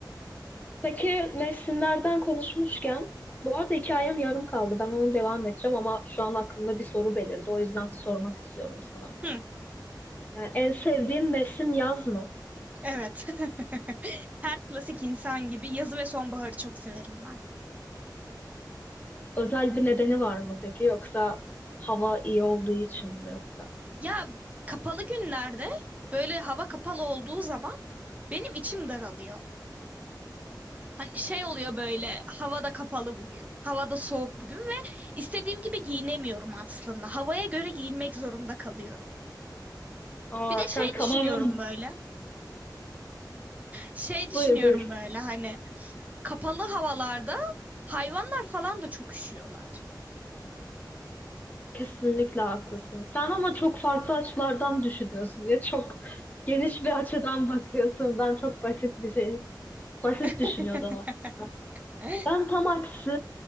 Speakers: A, on the left; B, on the right.
A: Peki mevsimlerden konuşmuşken bu arada hikayem yarım kaldı. Ben onu devam edeceğim ama şu an aklımda bir soru belirdi. O yüzden sormak istiyorum sana.
B: Hı,
A: Yani en sevdiğin mevsim yaz mı?
B: evet. <laughs> Her klasik insan gibi yazı ve sonbaharı çok severim ben.
A: Özel bir nedeni var mı peki? Yoksa hava iyi olduğu için mi yoksa?
B: Ya kapalı günlerde böyle hava kapalı olduğu zaman benim içim daralıyor. Hani şey oluyor böyle havada kapalı bugün, havada soğuk bugün ve istediğim gibi giyinemiyorum aslında. Havaya göre giyinmek zorunda kalıyorum.
A: Aa,
B: Bir de şey
A: sen tamamen
B: düşünüyorum
A: <laughs>
B: böyle, şey düşünüyorum
A: buyur buyur.
B: böyle hani kapalı havalarda hayvanlar falan da çok üşüyorlar.
A: Kesinlikle haklısın. Sen ama çok farklı açılardan düşünüyorsun ya çok geniş bir açıdan bakıyorsun. Ben çok basit bir şey, basit
B: <laughs>
A: düşünüyordum aslında.
B: Hı,
A: Ben tam aksi